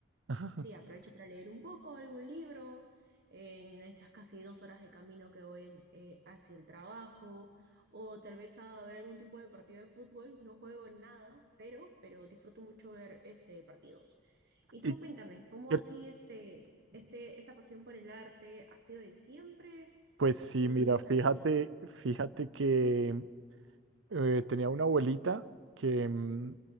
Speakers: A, on the right (about 85°); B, on the right (about 60°).
A: <laughs>
B: Sí, aprovecho para leer un poco algún libro en esas casi dos horas de camino que voy en- eh, hacia el trabajo, o tal vez a ver algún tipo de partido de fútbol. No juego en nada, cero, pero disfruto mucho ver este partidos. Y
A: ¿Y
B: tú cuéntame, ¿cómo
A: qué
B: así este, este, esa pasión por el arte ha sido de siempre?
A: Pues sí,
B: No,
A: mira,
B: no lo
A: fíjate,
B: sabía.
A: fíjate que eh, tenía una abuelita que mm,